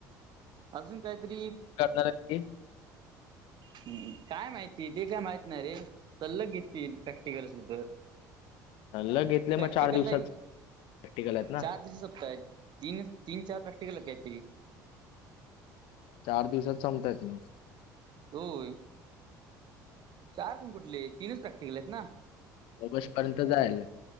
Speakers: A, on the right; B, on the left.
A: अजून कायतरी
B: नरकी <unintelligible>
A: हू हू काय माहिती? ते काय माहित नाही रे? सल्लग घेतील प्रॅक्टिकल असली तर
B: ल घेतले
A: प्रॅक्टिकलला
B: मग चार दिवसात प्रॅक्टिकल आहेत ना?
A: चार दिवस सपतय, तीन तीन चार प्रॅक्टिकल हायीत काय तरी?
B: चार दिवसात संपतायेत मग.
A: होय. चार पण कुठले? तीनच प्रॅक्टिकल आहेत ना
B: ऑगस्ट पर्यंत झालं.